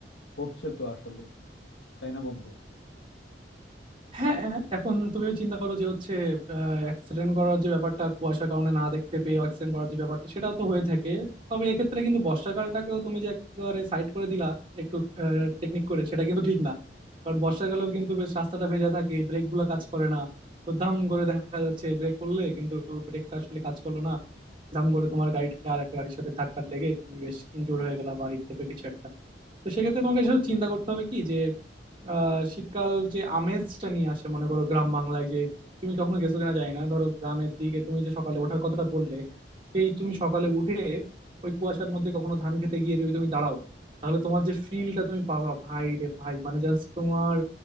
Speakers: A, on the left; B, on the right.
A: হচ্ছে তো আসলে তাই না বন্ধু
B: হ্যাঁ হ্যাঁ, এখন তুমিও চিন্তা করো যে হচ্ছে অ্যাক্সিডেন্ট করার যে ব্যাপারটা কুয়াশার কারণে না দেখতে পেয়ে অ্যাক্সিডেন্ট করার যে ব্যাপারটা সেটাও তো হয়ে থাকে তবে এক্ষেত্রে কিন্তু বর্ষাকালটাকেও তুমি যে একেবারে সাইড করে দিলা একটু টেকনিক করে সেটা কিন্তু ঠিক না কারণ বর্ষাকালেও কিন্তু বেশ রাস্তাটা ভেজা থাকে ব্রেক গুলো কাজ করে না তো দাম করে দেখা যাচ্ছে ব্রেক করলে কিন্তু ব্রেকটা আসলে কাজ করলো না দাম করে তোমার গাড়িটা আর একটা গাড়ির সাথে ধাক্কা লেগে তুমি বেশ ইনজোর হয়ে গেলা বা এই টাইপের কিছু একটা তো সেক্ষেত্রে তোমাকে এসব চিন্তা করতে হবে কি যে আহ শীতকাল যে আমেজটা নিয়ে আসে মনে করো গ্রাম বাংলায় যে তুমি কখনো গেছো কিনা জানি না ধরো গ্রামের দিকে তুমি যে সকালে ওঠার কথাটা বললে সেই তুমি সকালে উঠে ওই কুয়াশার মধ্যে কখনো ধান খেতে গিয়ে যদি তুমি দাঁড়াও তাহলে তোমার যে ফিলটা তুমি পাবা ভাই রে ভাই মানে জাস্ট তোমার